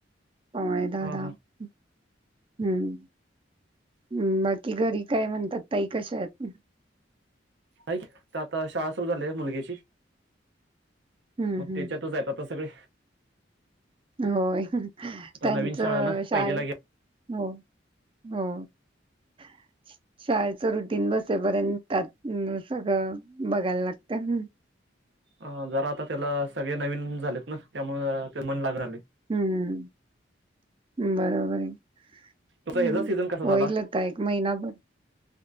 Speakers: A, on the right (about 30°); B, on the right (about 65°).
A: पावणे दहा,
B: हा
A: दहा,
B: हा
A: हम्म. हम् बाकी घरी काय म्हणतात, ताई कशा आहेत?
B: ह तर आता शाळा सुरू झाली आहे मुलगीची
A: हं,
B: मग
A: हं.
B: त्याच्यातच आहेत आता सगळे.
A: होय
B: आता
A: त्यांचं
B: नवीन शाळा ना
A: शाळ
B: पहिलीला घ्या
A: हो हो. <unintelligible> शाळेच रुटीन बसेपर्यंत सगळं बघायला लागतं.
B: अ जरा आता त्याला सगळे नवीन झालेत ना त्यामुळे ते मन लाग राले.
A: हम्मम् बरोबर आहे हम्
B: तुझा ह्याचा सीझन कसा
A: होईल.
B: झाला
A: ता एक महिनाभर